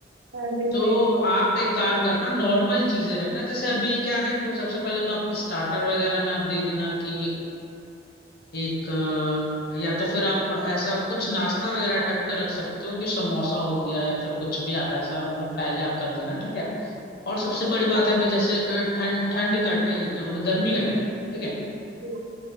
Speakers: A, on the right; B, on the left.
A: मैं भी सही
B: तो
A: बोल
B: आप एक काम करना नॉर्मल चीजें रखना जैसे अभी क्या है ना कि वो सबसे पहले तो आप स्टार्टर वगैरह में आप दे देना कि एक अ, या तो फिर आप ऐसा कुछ नाश्ता वगैरह टाइप का रख सकते हो कि समोसा हो गया या फिर कुछ भी आप ऐसा मतलब पहले आप कर देना ठीक है और सबसे बड़ी
A: हाँ
B: बात है अभी जैसे अ, ठंड ठंड का अ, क्या बोलते हैं, गर्मी का टाइम है ठीक है
A: जी,